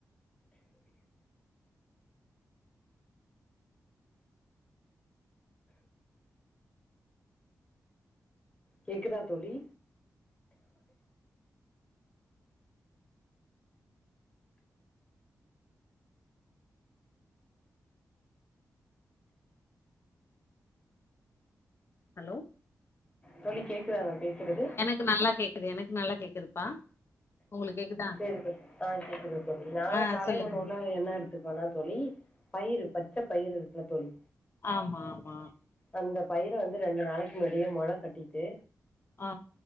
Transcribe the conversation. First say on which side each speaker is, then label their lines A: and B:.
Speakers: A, on the left; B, on the left.
A: கேக்குதா தோழி
B: ஹலோ
A: தோழி கேக்குதா நா பேசுறது
B: கு நல்லா கேக்குது எனக்கு நல்லா கேக்குதுப்பா உங்களுக் கேக்குதா
A: கேக்குது அ கேக்குது தோழி நா
B: ஆ
A: காலை
B: சொல்லுங்க
A: உணவுலா என்ன எடுத்துக்குவனா தோழி பயிறு பச்சப் பயிறு இருக்குல்ல தோழி
B: அம்மா ஆமா
A: அந்த பயர வந்து ரெண்டு நாளைக்கு முன்னாடியே மொளக் கட்டீட்டு
B: ஆ